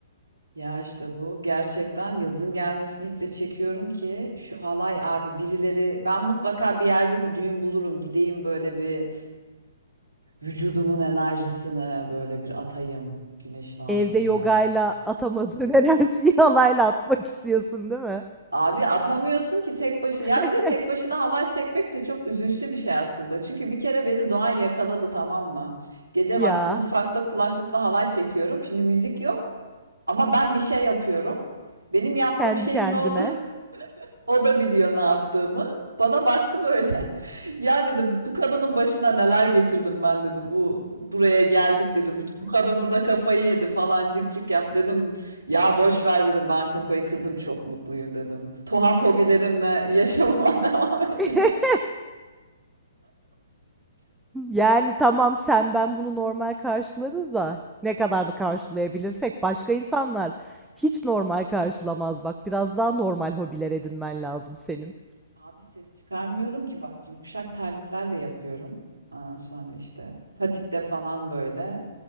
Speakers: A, on the right; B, in the centre.
A: Ya işte bu. Gerçekten yazın gelmesini iple çekiyorum ki şu halay abi birileri ben mutlaka bir yerde bir düğün bulurum. Gideyim böyle bir vücudumun enerjisini böyle bir atayım güneşin altında.
B: Evde yogayla atamadığın <laughs> enerjiyi halayla atmak istiyorsun, değil mi?
A: Abi atamıyorsun ki tek başına. Ya
B: <laughs>
A: bir de tek başına halay çekmek de çok üzünçlü bir şey aslında. Çünkü bir kere beni Doğan yakaladı tamam mı? Gece
B: Ya,
A: vakti mutfakta kulaklıkla halay çekiyorum. Şimdi müzik yok ama ben bir şey yapıyorum. Benim yaptığım
B: kendi
A: şeyin
B: kendine.
A: ne oldu? <laughs> O da biliyor ne yaptığımı. Bana baktı böyle. Ya dedi bu kadının başına neler getirdim ben dedi. Bu buraya geldik dedi. Bu, bu kadın burada kafayı yedi falan cik cik yap dedim. Ya boş ver dedim. Ben kafayı kırdım çok mutluyum dedim. Tuhaf hobilerimle yaşamama <laughs> devam ediyorum.
B: <laughs> Yani tamam sen ben bunu normal karşılarız da ne kadar da karşılayabilirsek başka insanlar hiç normal karşılamaz bak biraz daha normal hobiler edinmen lazım senin.
A: Abi ses çıkarmıyorum ki bak yumuşak terliklerle yapıyorum. Ondan sonra işte patikte falan böyle.